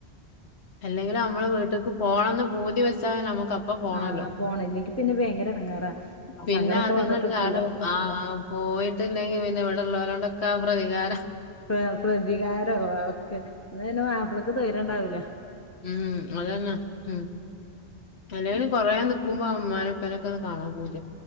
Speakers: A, on the left; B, on the left.
A: അല്ലെങ്കിലും അമ്മള് വീട്ട്ക്ക് പോണംന്ന് പൂതി വെച്ചാൽ നമുക്ക പ്പം പോണാേല്ലോ
B: ആ പോണം ഇല്ലെങ്കി പിന്നെ ഭയങ്കര എടങ്ങേറാ
A: പിന്നെ
B: സങ്കടൊക്കെ
A: അത് <unintelligible>
B: വന്നിട്ട് നിക്കൂലേ
A: ആ പോയിട്ടില്ലെങ്കി പിന്നെ ഇവിടെ ല്ലോലോണ്ടാെ ക്കാ പ്രതികാരം
B: പ്ര പ്രതികാരാേ ക്കെ ന്നാ പിന്നെ മാപ്പൾക്ക് തൊയ്രണ്ടാവൂല
A: ഉം അതന്നെ ഉം അല്ലെങ്കിലും കൊറേ നിക്കുമ്പോ മ്മാനെ പ്പനൊക്കാെന്ന് കാണാ പൂതി